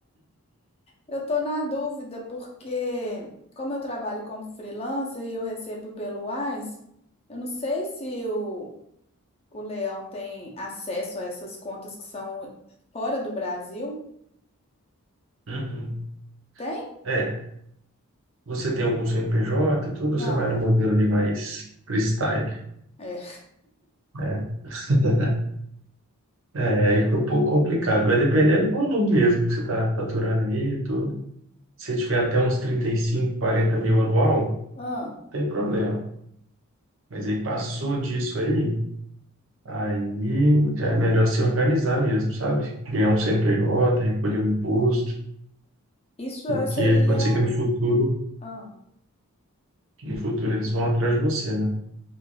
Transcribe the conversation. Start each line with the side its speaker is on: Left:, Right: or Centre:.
Left: Eu tô na dúvida porque, como eu trabalho como freelancer e eu recebo pelo Wise, eu não sei se o, o leão tem acesso a essas contas que são fora do Brasil.
Right: Uhum.
Left: Tem?
Right: É, você tem algum CNPJ, tudo,
Left: Não.
Right: ou você vai no modelo ali mais freestyle,
Left: É.
Right: né? <laughs> É, aí fica um pouco complicado. Vai depender do volume mesmo que você está faturando aí e tudo. Se você tiver até uns 35, 40 mil anual,
Left: Ah.
Right: tem problema. Mas aí passou disso aí, aí já é melhor se organizar mesmo, sabe? Criar um CNPJ, recolher um imposto,
Left: Isso
Right: porque
Left: eh, seria.
Right: pode ser que no futuro,
Left: ah,
Right: no futuro eles vão atrás de você, né?